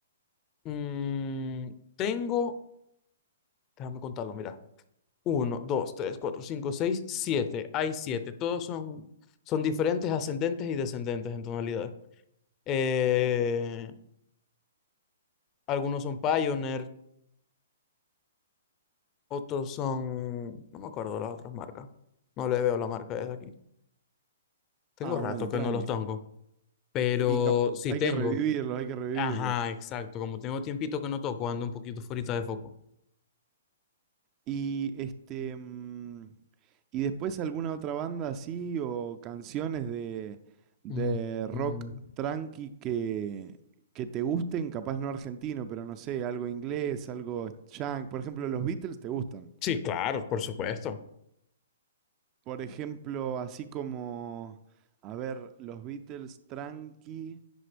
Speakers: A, on the left; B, on the right.
A: Mm, tengo, déjame contarlo, mira. Uno, dos, tres, cuatro, cinco, seis, siete. Hay siete. Todos son, son diferentes ascendentes y descendentes en tonalidades. Eh, Algunos son Pioneer, otros son... No me acuerdo las otras marcas. No le veo la marca desde aquí. Tengo
B: Ah,
A: rato
B: bueno,
A: que
B: tranqui.
A: no los tengo, pero
B: Y cap-
A: sí
B: hay
A: tengo.
B: que revivirlos, hay que revivirlos.
A: Ajá, exacto. Como tengo tiempito que no toco, ando un poquito fuera de foco.
B: Y este mm, y después alguna otra banda así o canciones de, de
A: Mm,
B: rock
A: mm.
B: tranqui que, que te gusten, capaz no argentino, pero no sé, algo inglés, algo junk. Por ejemplo, los Beatles te gustan.
A: Sí, claro, por supuesto.
B: Por ejemplo, así como, a ver, los Beatles tranqui.